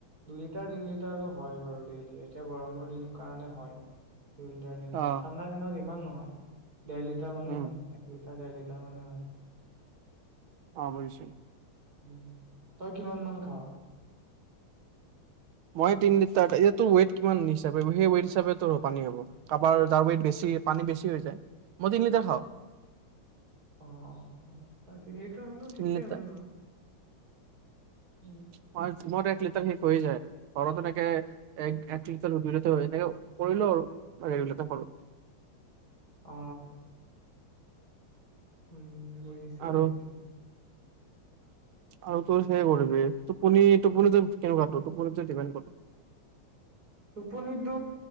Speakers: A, on the right; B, on the right.
A: দুই লিটাৰ, তিন লিটাৰতটো হয় বাৰু ডেইলি এতিয়া গৰমৰ দিন কাৰণে হয়। দুই লিটাৰ, তিন লিটাৰ
B: অ'।
A: ঠাণ্ডা দিনত ইমান নহয় দেৰ লিটাৰ মানে
B: উম,
A: হয় এক লিটাৰ। তাৰ মান হয়।
B: অ গৈছো।
A: উম। তই কিমান মান খাৱ?
B: মই তিন লিটাৰোৰ ইয়াত টোৰ ওৱেট কিমান হিচাপে সেই ওৱেইট হিচাপে তোৰ পানী হবো। কাৰোবাৰ যাৰ ওৱেট বেছি পানী বেছি হৈ যায়। মই তিন লিটাৰ খাওঁ।
A: অ, ' অ', অ', তিন লিটাৰ হলেও
B: তিনি
A: ঠিকে
B: লিটাৰ
A: আছে বাৰু। উম
B: <unintelligible> মোৰ এক লিটাৰ শেষ হৈ যায় ঘৰত এনেকে এক এক লিটাৰ দুই লিটাৰ হৈ এনেকে পৰিলো আৰু ই লিটাৰ ঘৰত।
A: অ উম। বুজিছো
B: আৰু
A: বুজিছো।
B: আৰু তোৰ সেয়ে কৰবি টোপনি টোপনিতো কেনেকুৱা তোৰ টোপনিতো ডিপেণ্ড কৰে।
A: টোপনিটো